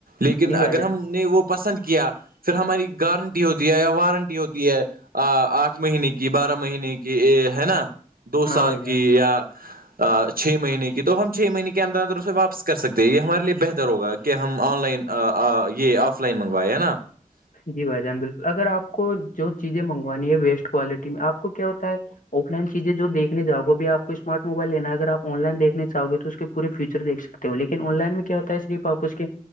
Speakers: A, on the right; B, on the left.
A: لیکن
B: نہیں
A: اگر
B: بھائی جان
A: ہم نے وہ پسند کیا پھر ہماری گارنٹی ہوتی ہے یا وارنٹی ہوتی ہے آ آٹھ مہینے کی بارہ مہینے کی ہے نا دو
B: ہاں
A: سال
B: بھائی جان
A: کی یا چھ مہینے کی تو ہم چھ مہینے کے اندر اندر اسے واپس کر سکتے ہیں یہ ہمارے لیے بہتر ہوگا کہ ہم آن لائن یہ آف لائن منگوائے ہے نا
B: جی بھائی جان بالکل اگر آپ کو جو چیزیں منگوانی ہے ویسٹ کوالٹی میں آپ کو کیا ہوتا ہے آف لائنیزیں جو دیکنے جا گے اب آ کو اسمارٹ موبائل لینا اگر آن لائنیکھنے چاہ گے تو اس پور فیچر دیک سکتے ہو لیکن آن لائن میں کیا ہوتا ہے صرف آپ اس کے